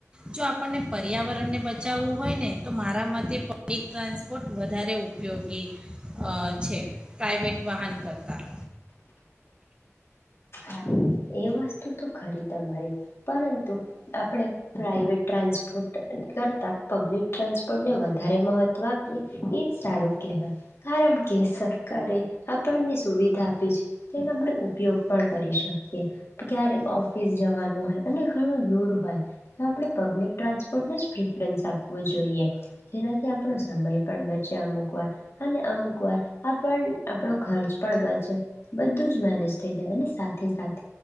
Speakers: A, on the right; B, on the left.
A: જો આપણને પર્યાવરણને બચાવવું હોય ને તો મારા માટે પબ્લિક ટ્રાન્સ બટ વધારે ઉપયોગી છે પ્રાઇવેટ વાહન કરતાં
B: હા એ વસ્તુ તો ખરી તમારી પરંતુ આપણે પ્રાઇવેટ ટ્રાન્સપોર્ટ કરતાં પબ્લિક ટ્રાન્સપોર્ટને વધારે મહત્ત્વ આપીએ એ જ સારું કહેવાય કારણ કે સરકારે આપણને સુવિધા આપી છે તેનો આપણે ઉપયોગ પણ કરી શકીએ. ક્યારેક ઓફિસ જવાનું હોય અને ઘણું દૂર હોય તો આપણે પબ્લિક ટ્રાન્સપોર્ટને જ પ્રિફરન્સ આપવું જોઈએ જેનાથી આપણો સમય પણ બચે અમુક વાર અને અમુક વાર આપણ આપણો ખર્ચ પણ બચે બધું જ મેનેજ થઈ જાય અને સાથે સાથે